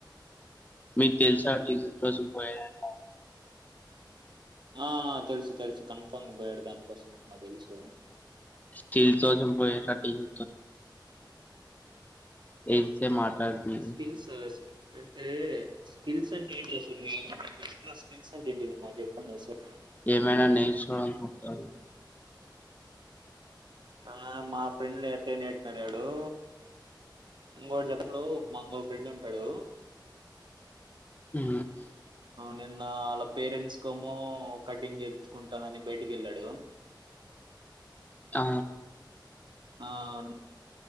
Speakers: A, on the left (about 20°); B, on the right (about 70°).
A: మీకు తెల్సా టీ షర్ట్ డ్రస్సులు పోయాయని
B: ఆ తెలుసు తెలుసు కన్ఫామ్ గా బోయాడు దానికోసం నాకుదెలుసు
A: టీ <unintelligible> ఇంగ తెల్సే మాట్లాడుకుందు
B: స్కిల్స్ అంటే స్కిల్స్ అంటే ఏంటిది అస్సల్ మీ బెస్ట్ లో స్కిల్స్ అంటే ఏంటి మా చెప్పండి ఓసార్
A: ఏమైన నేచుకోవడం వచ్చాది.
B: ఆ మా ఫ్రెండ్ ఎట్టైన <unintelligible> ఎళ్ళాడు, ఇంగో <unintelligible> మాంగో ఫ్రెండ్ ఉంటడు.
A: హు
B: నిన్న ఆళ్ళ పేరెంట్స్ కోంమ్మో కటింగ్ చేపించుకుంటానని బయటికి ఎళ్ళాడు.
A: అ
B: ఆ న్